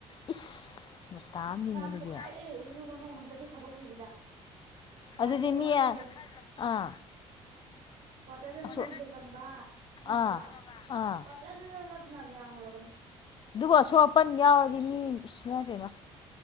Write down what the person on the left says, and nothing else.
ꯏꯁ ꯑꯃꯅꯤꯅꯦ
ꯑꯗꯨꯗꯤ
ꯑꯗꯨꯗꯤ ꯃꯤ
ꯑꯥ
ꯑꯁꯣ
ꯑꯥ ꯑꯥ
ꯑꯗꯨꯕꯨ ꯑꯁꯣꯛ ꯑꯄꯟ ꯌꯥꯎꯔꯗꯤ ꯏꯃꯥ ꯄꯦꯝꯃꯥ꯫